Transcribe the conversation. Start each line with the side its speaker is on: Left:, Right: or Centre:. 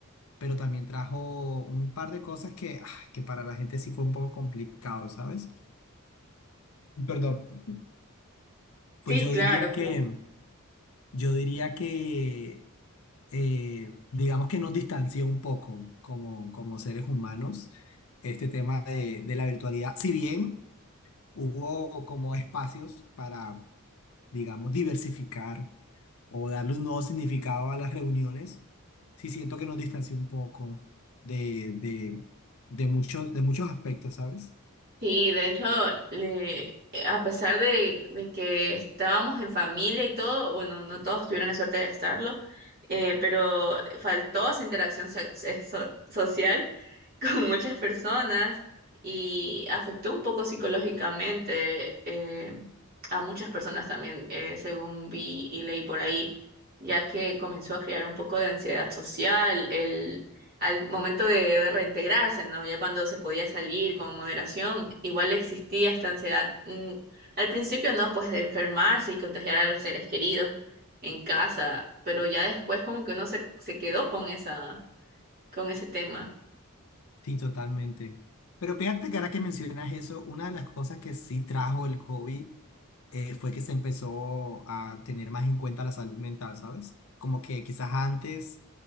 Left: pero también trajo un par de cosas que, ah, que para la gente sí fue un poco complicado, ¿sabes? Perdón.
Right: Sí,
Left: Pues yo
Right: claro,
Left: diría que,
Right: claro.
Left: yo diría que, eh, digamos que nos distanció un poco como, como seres humanos este tema de, de la virtualidad, si bien hubo como espacios para digamos, diversificar o darle un nuevo significado a las reuniones, sí siento que nos distanció un poco de, de, de muchos, de muchos aspectos, ¿sabes?
Right: Sí, de hecho, le- a pesar de, de que estábamos en familia y todo, bueno, no todos tuvieron la suerte de estarlo, eh, pero faltó esa interacción so- so- so, social <laughs> con muchas personas y afectó un poco psicológicamente eh, a muchas personas también, eh, según vi y leí por ahí, ya que comenzó a crear un poco de ansiedad social el, al momento de, de reintegrarse, ¿no? Ya cuando se podía salir con moderación, igual existía esta ansiedad. mm, al principio, ¿no? Pues de enfermarse y contagiar a los seres queridos en casa, pero ya después como que uno se, se quedó con esa, con ese tema.
Left: Sí, totalmente. Pero fíjate que ahora que mencionas eso, una de las cosas que sí trajo el COVID eh, fue que se empezó a tener más en cuenta la salud mental, ¿sabes? Como que quizás antes,